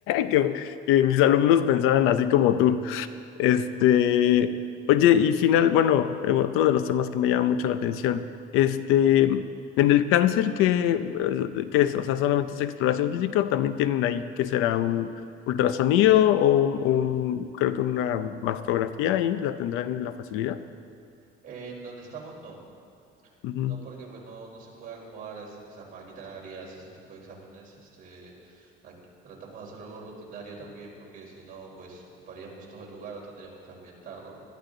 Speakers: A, on the left (about 75°); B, on the right (about 40°).
A: <laughs> que, que mis alumnos pensaran así como tú. Este, oye, y final, bueno, eh, otro de los temas que me llama mucho la atención, este, en el cáncer, ¿qué, eh, qué es? O sea, ¿solamente es exploración física o también tienen ahí, qué será, un ultrasonido o un, un- creo que una mastografía ahí, la tendrán en la facilidad?
B: En donde estamos, no.
A: Ujú,
B: No porque pues no, no se puede acomodar es- esas maquinarias, ese tipo de exámenes. Este, aquí- tratamos de hacer algo rutinario también, porque si no, pues ocuparíamos todo el lugar o tendríamos que ambientarlo.